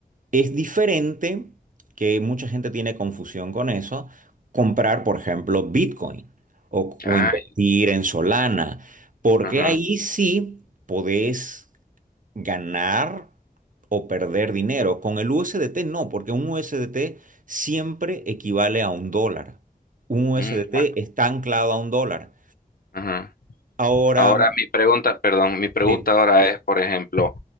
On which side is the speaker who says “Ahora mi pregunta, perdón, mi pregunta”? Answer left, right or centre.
Left